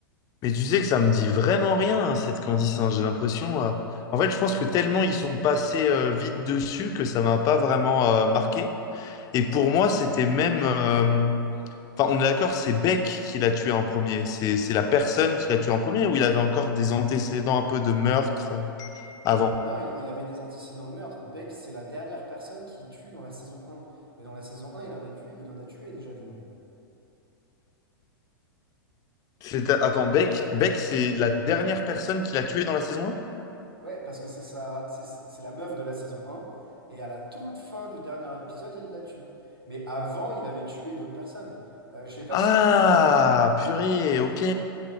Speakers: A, on the left; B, on the right.
A: mais tu sais que ça me dit vraiment rien, hein, cette Candice, hein, j'ai l'impression. euh, En fait, je pense que tellement ils sont passés euh, vite dessus que ça m'a pas vraiment euh, marqué. Et pour moi, c'était même. euh, Enfin, on est d'accord, c'est Beck qui l'a tué en premier. C'est c'est la personne qui l'a tué en premier ou il avait encore des antécédents un peu de meurtre euh, avant?
B: Non, il, il avait des antécédents de meurtre. Beck, c'est la dernière personne qui tue dans la saison un. Mais dans la saison un, il en a tué, il en a tué déjà du monde.
A: C'est- Attends, Beck, Beck, c'est la dernière personne qu'il a tuée dans la saison 1?
B: Ouais, parce que c'est ça, c'est c'est la meuf de la saison un, et à la toute fin du dernier épisode, il la tue. Mais avant, il avait tué d'autres personnes. Euh, je sais pas
A: Ah,
B: si tu te souviens,
A: purée, ok.